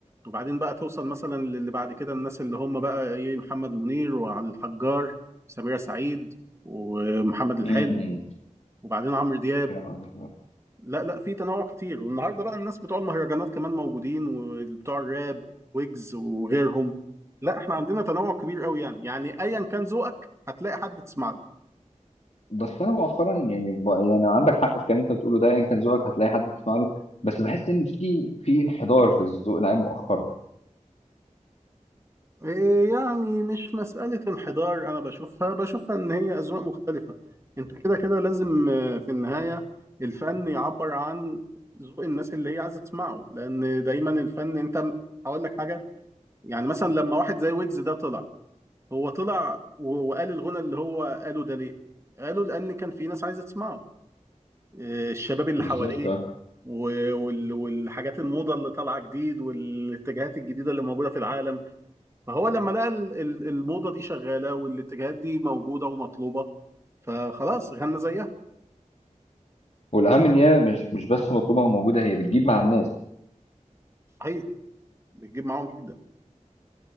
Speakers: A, on the right; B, on the left.
A: وبعدين بقى توصل مثلا للي بعد كده الناس اللي هم بقى إيه محمد منير وعلي الحجار وسميرة سعيد ومحمد الحلو
B: مم.
A: وبعدين عمرو دياب
B: فاهم قصدك.
A: لا لا في تنوع كتير والنهارده بقى الناس بتوع المهرجانات كمان موجودين وبتوع الراب ويجز وغيرهم لا احنا عندنا تنوع كبير قوي يعني يعني ايا كان ذوقك هتلاقي حد تسمع له
B: بس أنا مؤخرا يعني ب- يعني عندك حق في الكلام اللي أنت بتقوله ده يعني كان ذوقك هتلاقي حد تسمع له بس بحس إن في في انحدار في الذوق العام مؤخرا
A: إيه يعني مش مسألة انحدار انا بشوفها بشوفها ان هي اذواق مختلفة انت كده كده لازم آه، في النهاية الفن يعبر عن ذوق الناس اللي هي عايزة تسمعه لان دايما الفن انت م- هقول لك حاجة يعني مثلا لما واحد زي ويجز ده طلع هو طلع و- وقال الغنى اللي هو قاله ده ليه؟ قالوا لأن كان في ناس عايزة تسمعه آه، الشباب اللي
B: بالظبط
A: حواليه و- وال- والحاجات الموضة اللي طالعة جديد والاتجاهات الجديدة اللي موجودة في العالم فهو لما لقى ال- ال- الموضة دي شغالة والاتجاهات دي موجودة ومطلوبة فخلاص غنى زيها
B: والاهم ان هي مش مش بس مطلوبه وموجوده هي بتجيب مع الناس
A: صحيح بتجيب معاهم جدا